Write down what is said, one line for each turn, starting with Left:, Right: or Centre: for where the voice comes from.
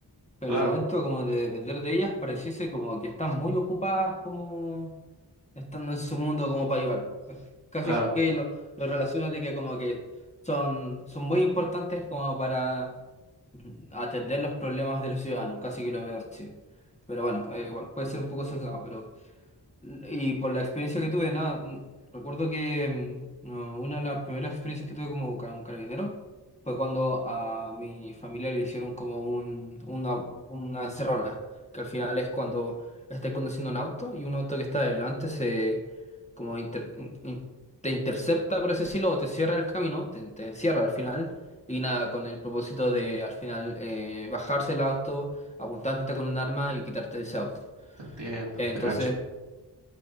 Left: pero
Right: Claro,
Left: el momento como de depender de ellas pareciese como que están muy ocupadas como estando en su mundo como para ayudar. Casi
Right: claro,
Left: que lo, lo relaciono de que como que son, son muy importantes como para atender los problemas de los ciudadanos, casi que lo veo así. Pero bueno, eh, igual, puede ser un poco sesgado, pero y por la experiencia que tuve, nada, mm, recuerdo que mm, no, una de las primeras experiencias que tuve como ca- carabinero fue cuando a mi familia le hicieron como un, una, una encerrona, que al final es cuando estás conduciendo un auto y un auto que está adelante se como inter- in- in- te intercepta, por así decirlo, o te cierra el camino, te, te encierra al final, y nada, con el propósito de al final eh, bajarse el auto, apuntarte con un arma y quitarte ese auto.
Right: te entiendo,
Left: Entonces,
Right: te cacho.